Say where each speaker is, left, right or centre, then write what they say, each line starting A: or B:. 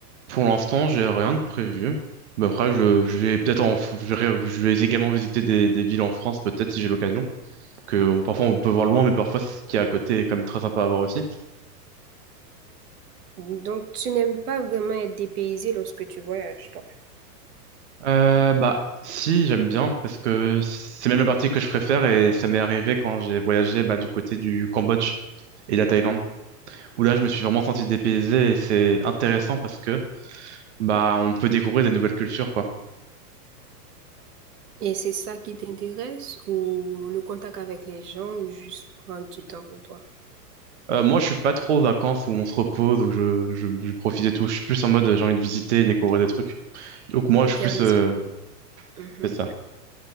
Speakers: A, on the right; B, on the right.
A: Pour l'instant, j'ai rien de prévu. Mais après, je, je vais peut-être en, f- je vais je vais également visiter des, des villes en France, peut-être si j'ai l'occasion. Que bon, parfois on peut voir loin, mais parfois ce qui est à côté est quand même très sympa à voir aussi.
B: Donc, tu n'aimes pas vraiment être dépaysé lorsque tu voyages, toi?
A: Euh, bah, si, j'aime bien, parce que c'est même la partie que je préfère et ça m'est arrivé quand j'ai voyagé bah, du côté du Cambodge et de la Thaïlande, où là, je me suis vraiment senti dépaysé et c'est intéressant parce que bah, on peut découvrir des nouvelles cultures, quoi.
B: Et c'est ça qui t'intéresse ou le contact avec les gens ou juste prendre du temps pour toi?
A: Euh, moi, je suis pas trop aux vacances où on se repose, où je, je, je profite et tout. Je suis plus en mode euh, j'ai envie de visiter et découvrir des trucs. Donc, moi,
B: Ou
A: je
B: faire
A: suis plus.
B: des
A: euh,
B: activités. Mmh mh.
A: c'est ça.